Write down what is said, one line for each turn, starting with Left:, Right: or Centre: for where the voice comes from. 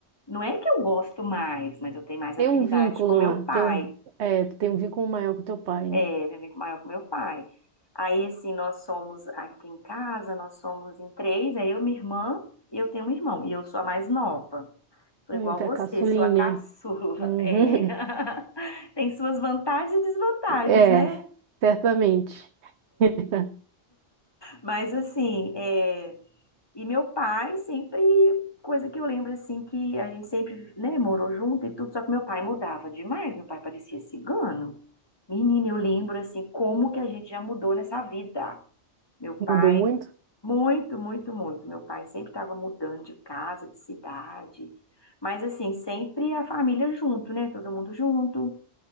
Left: não é que eu gosto mais, mas eu tenho mais
Right: Tem
Left: afinidade
Right: um vínculo
Left: com meu
Right: lá,
Left: pai.
Right: tem um, é, tem um vínculo maior com teu pai,
Left: É,
Right: né?
Left: eu vivo maior com meu pai. Aí, assim, nós somos aqui em casa, nós somos em três, é eu, minha irmã e eu tenho um irmão. E eu sou a mais nova. Sou
Right: Hum,
Left: igual
Right: tá
Left: você,
Right: caçulinha.
Left: sou a caçula.
Right: Uhum.
Left: É. <laughs> Tem suas vantagens e desvantagens,
Right: É,
Left: né?
Right: certamente. <laughs>
Left: Mas, assim, é... e meu pai sempre, coisa que eu lembro, assim, que a gente sempre, né, morou junto e tudo, só que meu pai mudava demais, meu pai parecia cigano. Menina, eu lembro, assim, como que a gente já mudou nessa vida. Meu
Right: Mudou
Left: pai
Right: muito?
Left: Muito, muito, muito. Meu pai sempre estava mudando de casa, de cidade, mas assim, sempre a família junto, né? Todo mundo junto.